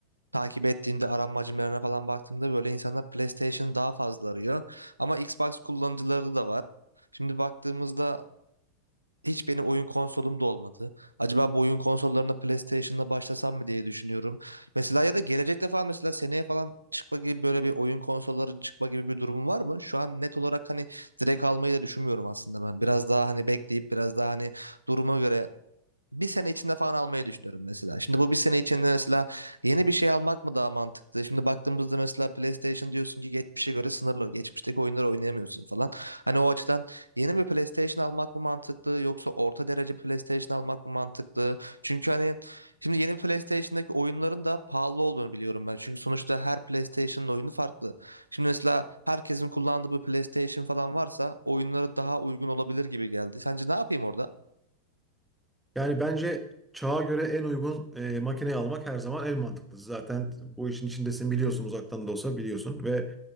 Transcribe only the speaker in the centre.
Yani bence çağa göre en uygun e, makineyi almak her zaman en mantıklısı. Zaten bu işin içindesin biliyorsun uzaktan da olsa biliyorsun ve